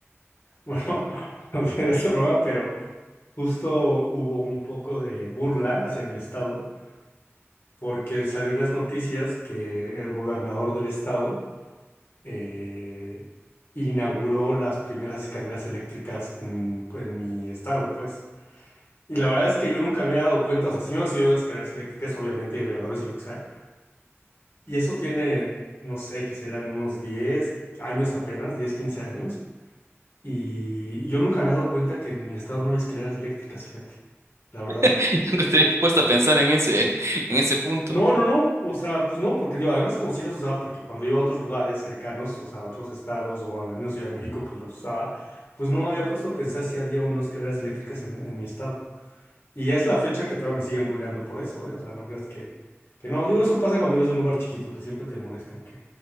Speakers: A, on the left; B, on the right.
A: Bueno, <laughs> no sé, ya se broma, pero justo hubo un poco de burla hacia mi estado porque salió en las noticias que el gobernador del estado eh, inauguró las primeras escaleras eléctricas en, en mi estado, pues. Y la verdad es que yo nunca me había dado cuenta, o sea, sí me había ido escaleras eléctricas, obviamente, y elevadores y lo que sea. Y eso tiene, no sé, que serán unos 10 años apenas, 10, 15 años. Y yo nunca me había dado cuenta que en mi estado no hay escaleras eléctricas, fíjate, la verdad.
B: <laughs> Nunca te habías puesto a pensar en ese en ese punto.
A: No, no, no, o sea, pues no, porque digo, además como sí las usaba, porque cuando iba a otros lugares cercanos, o sea, a otros estados o a la misma Ciudad de México, pues las usaba, pues no me había puesto a pensar si había o no escaleras eléctricas en, en mi estado. Y ya es la fecha que todavía me siguen bulleando por eso, ¿eh? O sea, no creas que, que no, digo, eso pasa cuando eres de un lugar chiquito, que siempre te molestan que,